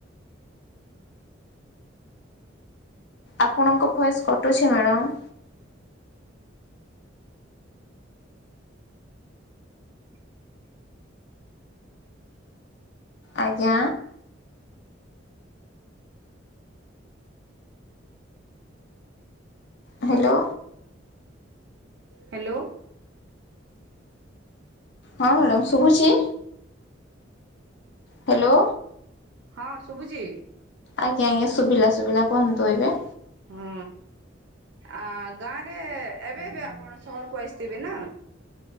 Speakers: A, on the left; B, on the right.
A: ଆପଣଙ୍କ ଭଏସ କଟୁଛି ମ୍ୟାଡାମ। ଆଜ୍ଞା ହ୍ୟାଲୋ
B: ହ୍ୟାଲୋ
A: ହଁ ମ୍ୟାଡାମ ଶୁଭୁଛି ହ୍ୟାଲୋ
B: ହଁ ଶୁଭୁଛି।
A: ଆଜ୍ଞା ଆଜ୍ଞା ଶୁଭିଲା ଶୁଭିଲା କୁହନ୍ତୁ ଏବେ।
B: ହଁ ଆ ଗାଁରେ ଏବେ ଏବେ ଆପଣ ସହରକୁ ଆସିଥିବେ ନା।